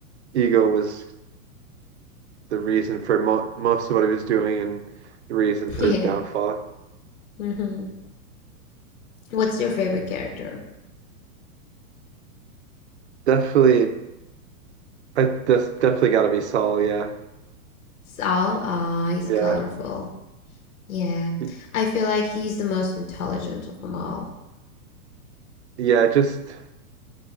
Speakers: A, on the right (about 50°); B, on the left (about 65°).
A: ego was the reason for mo most of what he was doing and the reason
B: <laughs>
A: for
B: Yeah.
A: his downfall.
B: hmm What's your favorite character?
A: Definitely, I, that's definitely got to be Saul. Yeah,
B: Saul? Ah, he's
A: yeah,
B: colorful. Yeah.
A: Y-
B: I feel like he's the most intelligent of them all.
A: yeah. Just